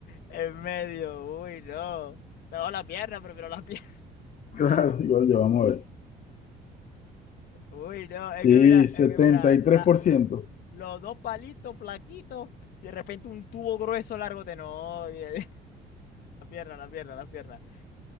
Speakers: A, on the left; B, on the left.
A: en medio. Uy, no. No, la pierna, prefiero la pierna.
B: Claro, igual ya vamos a ver.
A: <laughs> Uy, no, es
B: Sí,
A: que mira,
B: setenta
A: es que mira,
B: y tres
A: la,
B: por ciento.
A: los dos palitos flaquitos y de repente un tubo grueso largo de no. <laughs> La pierna, la pierna, la pierna.